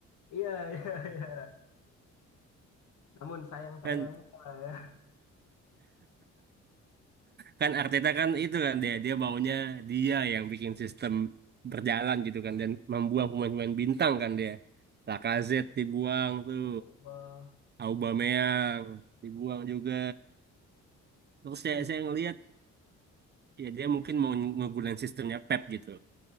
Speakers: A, on the left; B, on the right.
A: iya <laughs> iya iya namun sayang sayang
B: Kan
A: ya
B: kan Arteta kan itu kan dia dia maunya dia yang bikin sistem berjalan gitu kan dan membuang pemain-pemain bintang kan dia Lacazette dibuang tuh
A: Allah
B: Aubameyang dibuang juga terus saya
A: nih
B: saya ngelihat ya dia mungkin mau ngegunain sistemnya Pep gitu